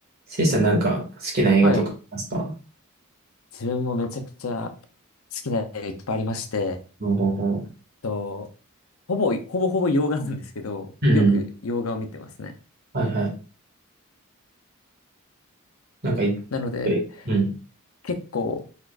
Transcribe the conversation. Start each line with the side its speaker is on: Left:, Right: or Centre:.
Right: せいさんなんか好きな映画とかありますか
Left: はい。自分もめちゃくちゃ好きな映画いっぱいありまして、えっ
Right: ほうほうほ
Left: と、ほぼ、ほぼほぼ洋画なんですけど、
Right: ううんうん。
Left: よく洋画を見てますね。
Right: はいはい。なんかい、
Left: なので、
Right: うん。うん
Left: 結構、